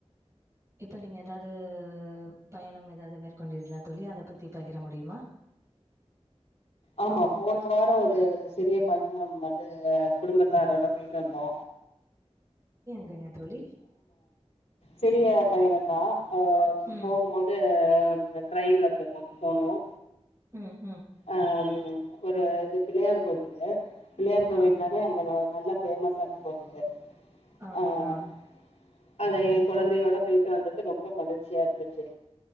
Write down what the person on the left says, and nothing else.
ஆமா போன வாரம் ஒரு சிறிய பயண ம் வந்து குடும்பத்தாரோட போயிட்டு வந்தோ
சிறிய பயண ந்தா அஹ்
போகும்போது ட்ரெயின்ல போம்போ போனோம்
ஆஹ் ம் ஒரு இது பிள்ளயார் கோயில் க்கு பிள்ளையார் கோவில்னாலே
அங்க நல்ல ஃபேமஸான கோவிலு
ஆஹ்
அத ஏன் கொழந்தைையோட போயிட்டு வந்தது ரொம்ப மகிழ்ச்சியா இருந்துச்சு